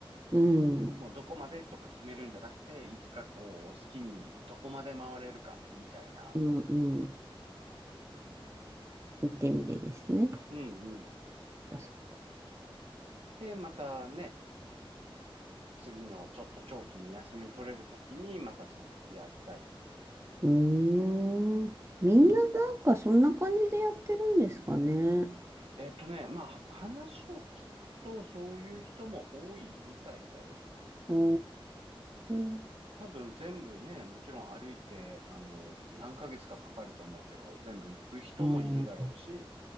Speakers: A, on the right (about 30°); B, on the right (about 85°).
A: うん、
B: もうどこまでとか決めるんじゃなくて、いつかこう、好きにどこまで回れるか、みたいな。
A: うん、うん。行ってみてですね。そっ
B: うんうん。
A: か、そっか。
B: で、またね、次のちょっと長期に休み取れるときにまた続きやったり。
A: うーん。みんななんかそんな感じでやってるんですかね。
B: えっとね、まあ、話を聞くとそういう人も多いみたいだよ。
A: おー。
B: 多分全部ね、もちろん歩いて、あの、何ヶ月かかかると思うけど、全部行く人もいるだろうし、
A: うん。